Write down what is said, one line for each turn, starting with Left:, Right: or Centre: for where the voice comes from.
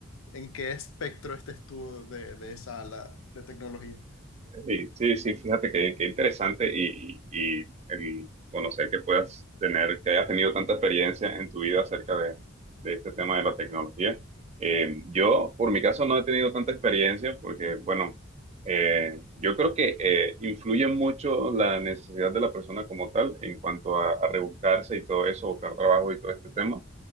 Left: en qué espectro estés tú de, de esa ala de tecnología.
Right: Sí, sí, sí, fíjate que, que interesante y, y el conocer que puedas tener, que hayas tenido tanta experiencia en tu vida acerca de, de este tema de la tecnología. Eh, yo, por mi caso, no he tenido tanta experiencia porque, bueno, eh, yo creo que eh, influye mucho la necesidad de la persona como tal en cuanto a, a rebuscarse y todo eso, buscar trabajo y todo este tema.